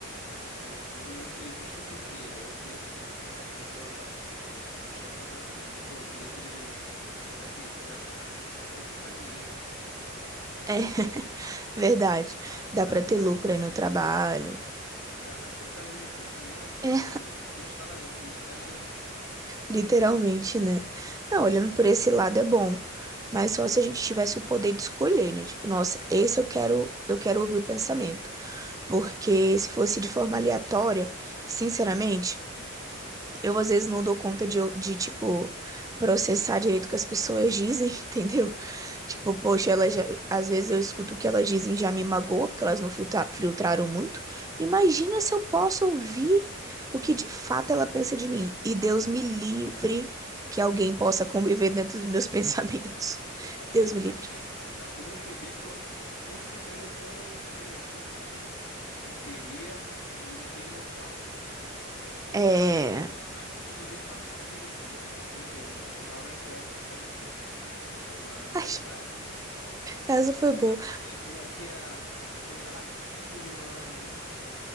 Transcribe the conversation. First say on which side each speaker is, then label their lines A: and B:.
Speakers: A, on the left (about 85°); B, on the right (about 15°).
A: vou, vou numa entrevista de emprego. aí Eu penso assim, aí a pessoa tá, o, o chefe tá pensando assim, pô, eu queria que ele soubesse isso. Aí Eu já, pá, eu sei fazer isso, entendeu?
B: <laughs> verdade. Dá
A: Nossa,
B: pra ter
A: a-
B: lucro
A: a- a-
B: aí no
A: aí
B: trabalho.
A: ele ia pensar, caramba, esse cara parece até que tá lendo meus pensamentos.
B: É,
A: E eu realmente estava lendo, e estaria lendo.
B: literalmente, né? Não,
A: Aham.
B: olhando por esse lado é bom, mas só se a gente tivesse o poder de escolher, né? Tipo, nossa, esse eu quero, eu quero ouvir o pensamento. Porque se fosse de forma aleatória, sinceramente, Eu às vezes não dou conta de, de tipo, processar direito o que as pessoas dizem, <laughs> entendeu? Tipo,
A: Uhum.
B: poxa, ela já, às vezes eu escuto o que elas dizem e já me magoa, porque elas não filtra- filtraram muito. Imagina se eu posso ouvir o que de fato ela pensa de mim. E Deus me livre que alguém possa conviver dentro dos meus <laughs> pensamentos.
A: Mas
B: Deus
A: tem,
B: me livre.
A: mas tem, mas tem um poder que eu com certeza não ia querer ter de jeito nenhum, que seria o de ser imortal.
B: É.
A: Imagina tu viver para sempre. Meu Deus, eu acho que uma hora eu ia cansar de viver. Eu falo, não, não aguento
B: Ai,
A: mais, gente.
B: essa
A: Eu
B: foi
A: tô,
B: boa.
A: a- eu tô aqui há, sei lá, 5 mil anos,